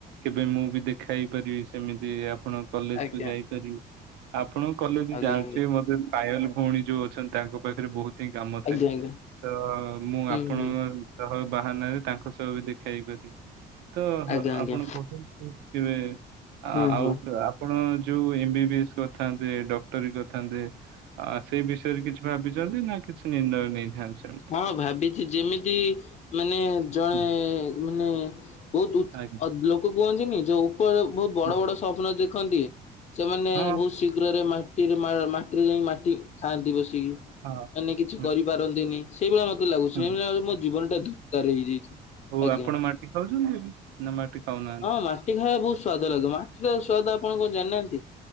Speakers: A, on the right; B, on the left.
A: କେବେ ମୁଁ ବି ଦେଖା ହେଇ ପାରିବି ସେମିତି ଆପଣ କଲେଜ
B: ଆଜ୍ଞା।
A: କୁ ଯାଇପାରିବି।
B: ଆଜ୍ଞା
A: ଆପଣ କଲେଜ
B: ଆଜ୍ଞା
A: ଜାଣିଥିବେ ମତେ ପାଏଲ ଭଉଣୀ ଯୋଉ ଅଛନ୍ତି ତାଙ୍କ ପାଖରେ ବହୁତ। ଥି କାମ ଥାଏ
B: ଆଜ୍ଞା ଆଜ୍ଞା
A: ତ ମୁଁ
B: ହୁଁ
A: ଆପଣ
B: ହୁଁ
A: ସହ ବାହାନାରେ ତାଙ୍କ ସହ ବି ଦେଖା ହେଇପାରିବ ତ।
B: ଆଜ୍ଞା ଆଜ୍ଞା
A: <unintelligible> ତେବେ
B: ହଁ
A: ଆଉ
B: ହଁ।
A: ପ୍ ଆପ ଆପଣ ଯୋଉ ଏମ ବି ଏସ୍ କରିଥାନ୍ତେ ଡକ୍ଟର କରିଥାନ୍ତେ। ଆ ସେଇ ବିଷୟରେ କିଛି ଭାବିଛନ୍ତି ନା କିଛି ନିର୍ଣ୍ଣୟ ନେଇଥାନ୍ତି। ସେମିତି?
B: ହଁ ଭାବିଛି ଯେମିତି ମାନେ ଜଣେ
A: ହୁଁ
B: ମାନେ। ବହୁତ ଉତ୍
A: ଆଜ୍ଞା
B: ଲୋକ କୁହନ୍ତିନି ଯୋଉ ଉପର ବହୁତ ବଡ
A: ହୁଁ,
B: ବଡ ସ୍ୱପ୍ନ ଦେଖନ୍ତି। ସେମାନେ
A: ହଁ
B: ବହୁତ ଶୀଘ୍ରରେ ମାଟିରେ ମାଟିରେ ଯାଇ ମାଟି ଖାଆନ୍ତି ବସିକି। ମାନେ
A: ହଁ
B: କିଛି
A: ହଁ।
B: କରିପାରନ୍ତିନି ସେଇଭଳିଆ ମତେ ଲାଗୁଛି
A: ହଁ
B: ମୋ ଜୀବନ ଟା ଧୁକାର ହେଇଯାଇଛି।
A: ହଉ
B: ଆଜ୍ଞା
A: ଆପଣ ମାଟି ଖାଉଛନ୍ତି ଏବେ ନା ମାଟି ଖାଉନାହାନ୍ତି?
B: ହଁ ମାଟି ଖାଇବା ବହୁତ ସ୍ଵାଦ ଲାଗେ ମାଟିର ସ୍ଵାଦ ଆପଣ କଣ ଜାଣି ନାହାନ୍ତି